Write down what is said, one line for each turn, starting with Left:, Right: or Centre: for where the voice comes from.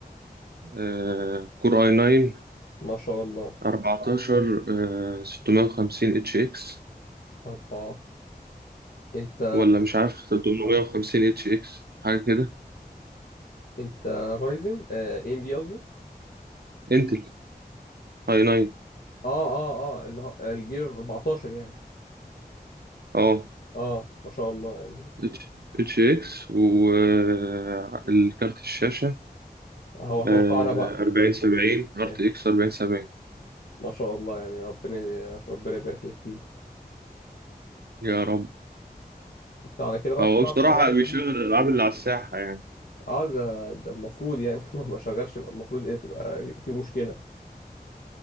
Right: آه، كور اي 9
Left: ما شاء الله
Right: 14 آه، 650 اتش اكس
Left: 4 انت
Right: ولا مش عارف 850
Left: أر-
Right: اتش اكس حاجه كده
Left: انت رايزن ام دي قصدي
Right: انتل اي 9
Left: اه اه اه اللي هو الجيل 14 يعني
Right: اه
Left: اه ما شاء الله يعني
Right: اتش اتش اكس والكارت الشاشه
Left: هو اتوقعنا
Right: آه،
Left: بقى
Right: 40 70 ار
Left: ماشي
Right: تي اكس 40 70
Left: ما شاء الله يعني ربنا ربنا يبارك لك فيه
Right: يا رب
Left: انت على كده بقى
Right: هو
Left: بتلعب
Right: بصراحه
Left: الالعاب الجديده
Right: بيشغل الالعاب اللي على الساحه يعني
Left: اه ده ده المفروض يعني <laughs> لو ما شغلش يبقى المفروض ايه تبقى يبقى في مشكله